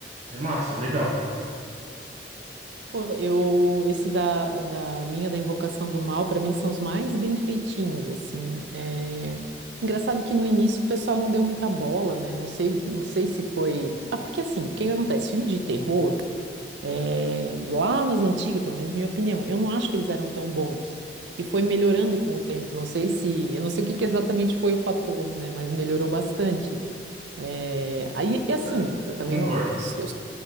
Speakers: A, on the right; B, on the right.
A: é massa, legal.
B: Pô, eu, esse da, da linha da Invocação do Mal, pra mim, são os mais bem feitinhos, assim. É... Engraçado que no início o pessoal não deu muita bola, né? Não sei, não sei se foi. Ah, porque assim, o que que acontece? Filme de terror, é, lá nas antigas, pelo menos minha opinião, eu não acho que eles eram tão bons. E foi melhorando com o tempo. Não sei se. Eu não sei o que que exatamente foi o fator, né? Mas melhorou bastante. É, Aí, e assim,
A: Mas-
B: eu também
A: Concordo.
B: não. Eu...